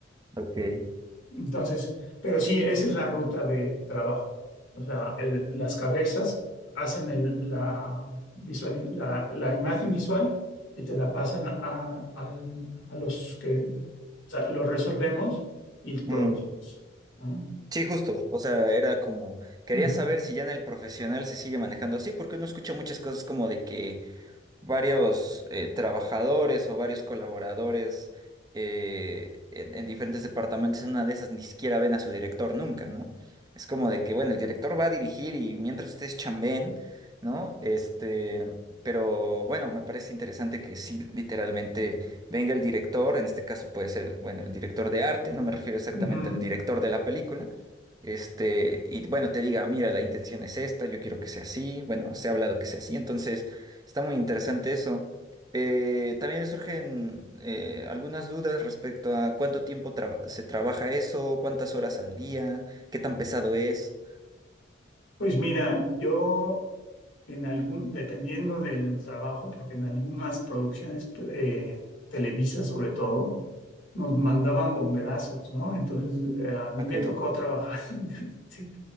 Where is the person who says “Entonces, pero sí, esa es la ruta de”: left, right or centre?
Left